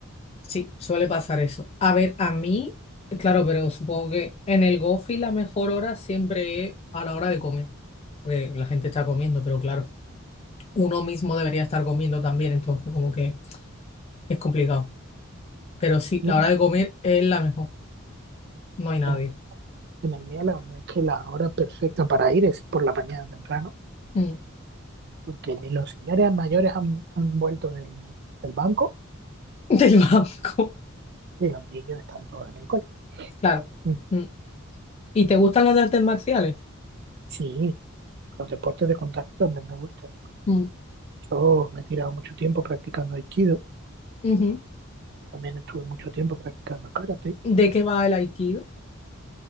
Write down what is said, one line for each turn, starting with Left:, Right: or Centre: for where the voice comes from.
Left: Sí, suele pasar eso. A ver, a mí, claro, pero supongo que en el Gofi la mejor hora siempre es a la hora de comer. Porque la gente está comiendo, pero claro, uno mismo debería estar comiendo también, entonces como que es complicado. Pero sí,
Right: No,
Left: la hora de comer es la mejor. No hay nadie.
Right: en el, en el mío la verdad es que la hora perfecta para ir es por la mañana temprano,
Left: Mm,
Right: porque ni los señores mayores han, han vuelto del, del banco
Left: <laughs> Del banco.
Right: y los niños están todos en el cole.
Left: Claro.
Right: Mm.
Left: Mm. ¿Y te gustan las de artes marciales?
Right: Sí, los deportes de contacto también me gustan.
Left: Mm,
Right: Yo me he tirado mucho tiempo practicando aikido,
Left: Ujú.
Right: también estuve mucho tiempo practicando karate.
Left: ¿De qué va el aikido?